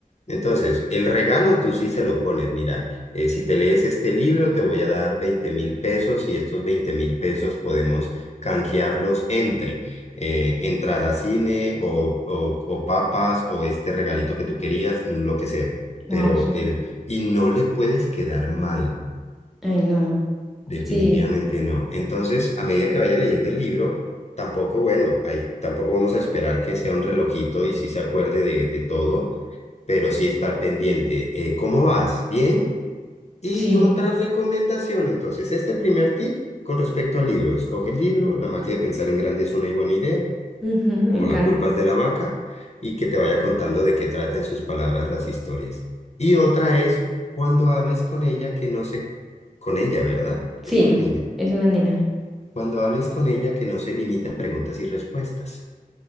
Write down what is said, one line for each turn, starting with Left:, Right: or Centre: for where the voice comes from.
Left: Entonces, el regalo tú sí se lo pones. Mira, eh, si te lees este libro, te voy a dar veinte mil pesos y estos veinte mil pesos podemos canjearlos entre eh, entrada a cine o, o, o papas o este regalito que tú querías, lo que sea.
Centre: Wow,
Left: Pero
Centre: súper.
Left: él, y no le puedes quedar mal.
Centre: Ay, no.
Left: Definitivamente
Centre: Sí,
Left: no. Entonces, a medida que vaya leyendo el libro, tampoco, bueno, ahí tampoco vamos a esperar que sea un relojito y sí se acuerde de, de todo, pero sí estar pendiente. Eh, ¿cómo vas? ¿Bien? Y
Centre: sí.
Left: otra recomendación, entonces, este primer tip con respecto al libro. Escoge el libro, La magia de pensar en grande es una y buena idea,
Centre: Ujú, me
Left: o
Centre: encanta.
Left: La culpa es de la vaca, y que te vaya contando de qué trata en sus palabras las historias. Y otra es cuando hables con ella que no se... con ella, ¿verdad?
Centre: Sí,
Left: Es una niña
Centre: es una nena.
Left: cuando hables con ella, que no se limite a preguntas y respuestas,